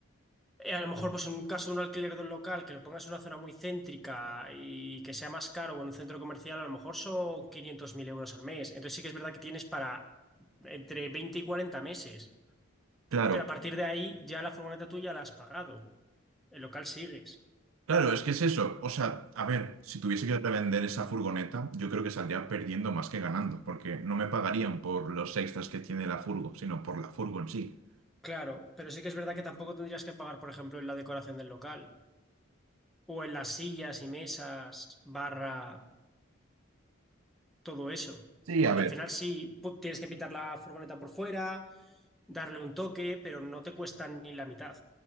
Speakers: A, in the centre; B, on the right.
A: eh, a lo mejor pues en un caso de un alquiler de un local que lo pongas en una zona muy céntrica y que sea más caro o en un centro comercial, a lo mejor son 500.000 euros al mes. Entonces sí que es verdad que tienes para entre 20 y 40 meses,
B: claro.
A: pero a partir de ahí ya la furgoneta tuya la has pagado, el local sigues.
B: Claro, es que es eso. O sea, a ver, si tuviese que revender esa furgoneta, yo creo que saldría perdiendo más que ganando, porque no me pagarían por los extras que tiene la furgo, sino por la furgo en sí.
A: Claro, pero sí que es verdad que tampoco tendrías que pagar, por ejemplo, en la decoración del local o en las sillas y mesas, barra todo eso.
B: Sí,
A: Porque
B: a ver.
A: al final sí pu- tienes que pintar la furgoneta por fuera, darle un toque, pero no te cuesta ni la mitad.